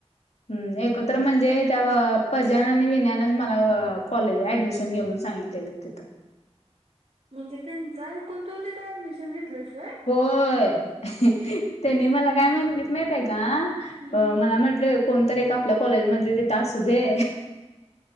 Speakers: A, on the left; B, on the right.
A: हम् एकत्र म्हणजे त्या पज्यान आणि विन्यानच मला कॉलेज ऍडमिशन घे म्हणून सांगितलं <unintelligible>
B: म्हणजे त्येनंच ऐकून तू तिथे ऍडमिशन घेतलीस व्हयं?
A: होयं, त्येनी मला काय म्हटलीत माहिती हाय का
B: हम्म
A: अ मला म्हटलं कोणतरी एक आपल्या कॉलेजमधले तिथं असू दे